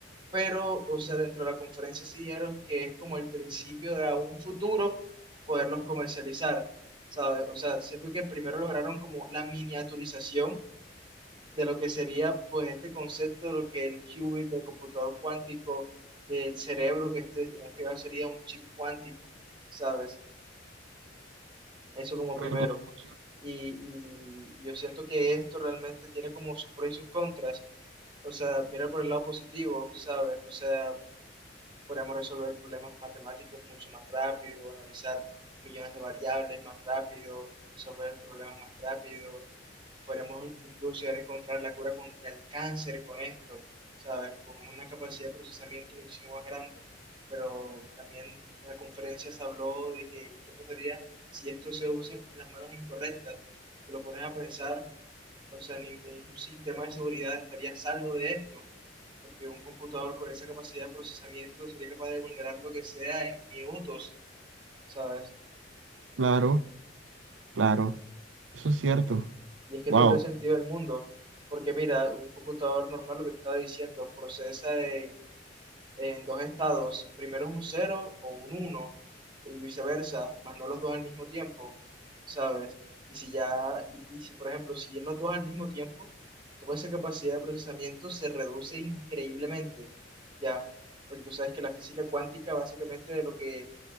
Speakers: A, on the right; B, on the right.
A: pero, o sea, dentro de la conferencia sí dijeron que es como el principio de a un futuro poderlos comercializar, ¿sabes? O sea, siento que primero lograron como la miniaturización de lo que sería, pues, este concepto de lo que el qubit del computador cuántico, del cerebro, que este, en este caso sería un chip cuántico, ¿sabes? Eso como
B: Pero
A: primero.
B: ¿cómo funciona?
A: Y, y y yo siento que esto realmente tiene como sus pros y sus contras. O sea, mira por el lado positivo, ¿sabes? O sea, podemos resolver problemas matemáticos mucho más rápido, analizar millones de variables más rápido, resolver problemas más rápido. Podríamos incluso llegar a encontrar la cura contra el cáncer con esto, ¿sabes? Con una capacidad de procesamiento muchísimo más grande. Pero también en la conferencia se habló de que qué pasaría si esto se usa en las manos incorrectas. Si te lo pones a pensar, o sea, ningún sistema de seguridad estaría a salvo de esto, porque un computador con esa capacidad de procesamiento sería capaz de vulnerar lo que sea en minutos, ¿sabes?
B: Claro, claro, eso es cierto.
A: Y es que
B: Wow,
A: tiene todo el sentido del mundo, porque mira, un computador normal, lo que te estaba diciendo, procesa en, en dos estados, primero es un cero o un uno, y viceversa, más no los dos al mismo tiempo, ¿sabes? Y si ya, y, y si por ejemplo, si es los dos al mismo tiempo, toda esa capacidad de procesamiento se reduce increíblemente, ¿ya? Porque tú sabes que la física cuántica básicamente de lo que